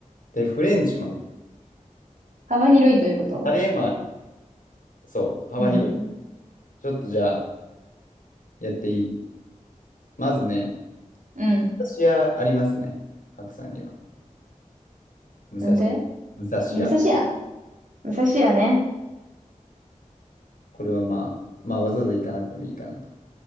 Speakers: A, on the left; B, on the right.
A: で、フレンチもある。
B: 幅広いということ。
A: カレーもある。そう、幅広い。
B: うん。
A: ちょっとじゃあ、やっていい。まずね、
B: うん。
A: 武蔵屋ありますね。白さんには。武蔵、
B: なんて
A: 武蔵屋。
B: 武蔵屋武蔵屋ね。
A: これはまあ、まあ、わざわざ行かなくてもいいかなと